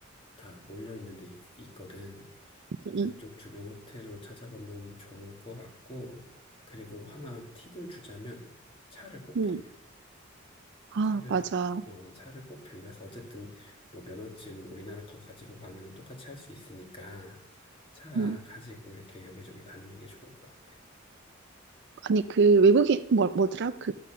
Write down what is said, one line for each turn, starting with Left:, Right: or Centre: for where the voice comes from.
Left: 다 몰려 있는데 있, 있거든. 그래서
Right: 응응.
Left: 그쪽 주변 호텔로 찾아보면 좋을 것 같고 그리고 하나 팁을 주자면 차를 꼭
Right: 응.
Left: 빌려.
Right: 아,
Left: 차를
Right: 맞아.
Left: 어, 차를 꼭 빌려서 어쨌든 뭐 면허증 우리나라 거 가지고 가면은 똑같이 할 수 있으니까 차
Right: 응.
Left: 가지고 이렇게 여기저기 다니는 게 좋을 것 같아.
Right: 아니 그 외국인 뭐 뭐더라? 그